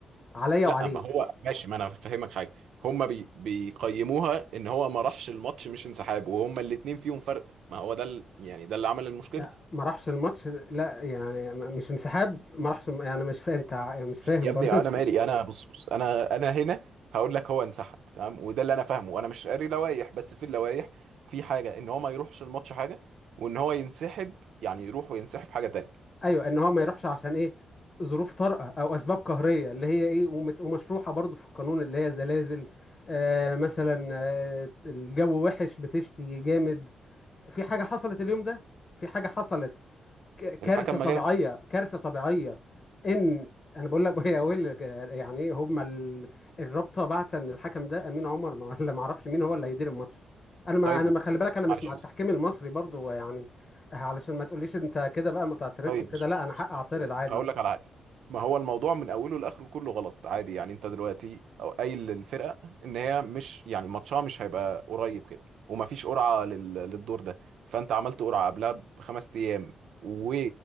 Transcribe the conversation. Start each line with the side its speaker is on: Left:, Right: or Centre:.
Left: عليا
Right: لا
Left: وعليك
Right: ما هو ماشي ما انا فاهمك حاجه هما بي بيقيموها ان هو ما راحش الماتش مش انسحاب وهما الاتنين فيهم فرق ما هو ده ال... يعني ده اللي عمل المشكله
Left: لا، ما راحش الماتش لا يعني م- مش انسحاب ما راحش يعني مش فاهم انت يعني مش فاهم
Right: يا ابني
Left: برضه
Right: انا مالي انا بص بص انا انا هنا هقول لك هو انسحب تمام وده اللي انا فاهمه انا مش قاري لوائح بس في اللوائح في حاجه ان هو ما يروحش الماتش حاجه وان هو ينسحب يعني يروح وينسحب حاجه تانية
Left: ايوه ان هو ما يروحش عشان ايه ظروف طارئه او اسباب قهريه اللي هي ايه ومت- ومشروحه برضو في القانون اللي هي زلازل آه مثلا آه الجو وحش بتشتي جامد في حاجه حصلت اليوم ده في حاجه حصلت ك- كارثه
Right: الحكم
Left: طبيعيه
Right: ما جاش
Left: كارثه طبيعيه ان انا بقول لك <laughs> يا ويل ك- يعني ايه هما ال- الرابطه بعت ان الحكم ده امين عمر ما- ولا ما اعرفش مين هو اللي هيدير الماتش انا ما
Right: طيب
Left: انا
Right: و-
Left: ما خلي بالك انا مش
Right: معلش
Left: مع التحكيم المصري برضو يعني آه، علشان ما تقوليش انت كده بقى ما تعترضش
Right: طيب
Left: وكده
Right: بص
Left: لا
Right: بص
Left: انا حق
Right: بص
Left: اعترض
Right: آه، آه،
Left: عادي
Right: هقول لك على حاجه ما هو الموضوع من اوله لاخره كله غلط عادي يعني انت دلوقتي قايل للفرقه ان هي مش يعني ماتشها مش هيبقى قريب كده ومفيش قرعه لل... للدور ده فانت عملت قرعه قبلها بخمس ايام و...